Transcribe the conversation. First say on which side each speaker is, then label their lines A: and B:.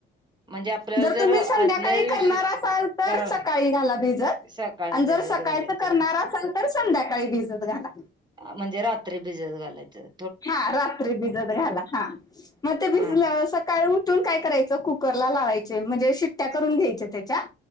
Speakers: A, on the right (about 20°); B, on the left (about 20°).
A: म्हणजे आपल्याला
B: जर तुम्ही
A: आदल्या
B: संध्याकाळी
A: दिवशी
B: करणार असाल. तर
A: करा
B: सकाळी घाला भिजत.
A: सकाळी
B: आणि
A: भिजत
B: जर सकाळच
A: घालायचं
B: करणार असाल, तर संध्याकाळी भिजत घाला.
A: म्हणजे रात्री भिजत घालायचं.
B: हा. रात्री भिजत घाला. हा मग ते भिजल्यावर
A: हा
B: सका सकाळ उठून काय करायचं. कुकरला लावायचे म्हणजे शिट्ट्या करून घ्यायच्या त्याच्या.